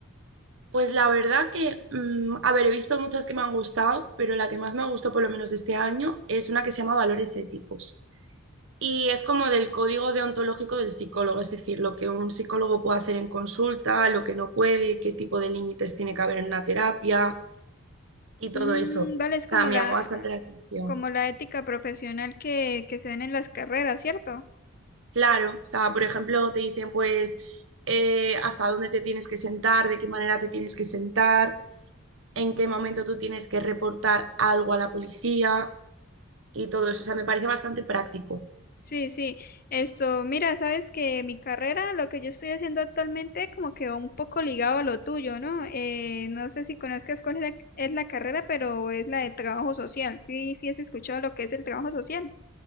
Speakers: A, on the right; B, on the left.
A: Pues la verdad que, mm, a ver, he visto muchas que me han gustado, pero la que más me gustó, por lo menos de este año, es una que se llama Valores Éticos. Y es como del código deontológico del psicólogo, es decir, lo que un psicólogo puede hacer en consulta, lo que no puede, qué tipo de límites tiene que haber en una terapia y
B: Mm,
A: todo eso. O
B: vale, es como
A: sea, me
B: la,
A: llamó bastante la atención.
B: como la ética profesional que, que se dan en las carreras, ¿cierto?
A: Claro, o sea, por ejemplo, te dicen pues eh, hasta dónde te tienes que sentar, de qué manera te tienes que sentar, en qué momento tú tienes que reportar algo a la policía y todo eso. O sea, me parece bastante práctico.
B: Sí, sí. Esto, mira, sabes que mi carrera, lo que yo estoy haciendo actualmente, como que va un poco ligado a lo tuyo, ¿no? Eh, no sé si conozcas cuál es la, es la carrera, pero es la de trabajo social. Sí, sí has escuchado lo que es el trabajo social.